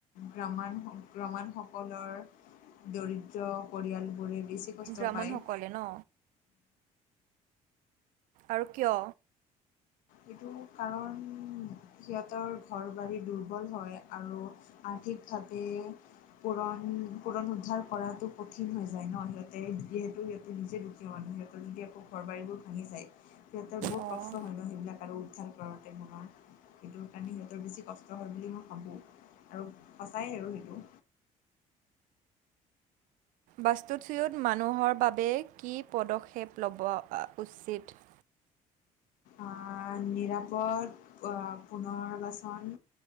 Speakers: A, on the left; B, on the right.
A: গ্ৰাম গ্ৰামাসকলৰ দৰিদ্ৰ পৰিয়ালবোৰে বেছি কষ্ট
B: গ্ৰামনসকলে
A: পায়
B: ন আৰু কিয়
A: এইটো কাৰণ সিহঁতৰ ঘৰ বাৰী দুৰ্বল হয় আৰু। আৰ্ঠিক ভাবে। পূৰণ, পূৰণ উদ্ধাৰ কৰাটো কঠিন হৈ যায় ন সিহঁতে, যিহেতু। নিজে দুখীয়া মানুহ সিহঁতৰ যদি আকৌ ঘৰ বাৰীবোৰ ভাঙি যায় সিহঁতৰ বহুত
B: অ'।
A: কষ্ট হয় ন সেইবিলাক। আৰু উদ্ধাৰ কৰোতে তোমাৰ। সেইটোৰ কাৰণে সিহঁতৰ বেছি কষ্ট হয় বুলি মই ভাবোঁ, আৰু সঁচাই আৰু সেইটো।
B: বাস্তুচুইত মানুহৰ বাবে কি পদক্ষেপ ল'ব আ উচিত।
A: আ নিৰাপদ পুনৰবাচন।